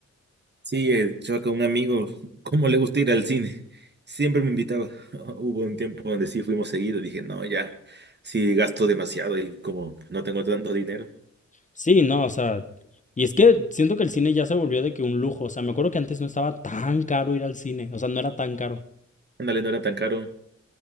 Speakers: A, on the right (about 35°); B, on the left (about 25°).
A: Sí, el chavaca, un amigo, ¿cómo le gusta ir al cine? Siempre me invitaba. <laughs> Hubo un tiempo donde sí fuimos seguido. Dije, no, ya, sí gasto demasiado y como no tengo tanto dinero.
B: Sí, no, o sea, y es que siento que el cine ya se volvió de que un lujo, o sea, me acuerdo que antes no estaba tan caro ir al cine, o sea, no era tan caro,
A: Ándale, no era tan caro,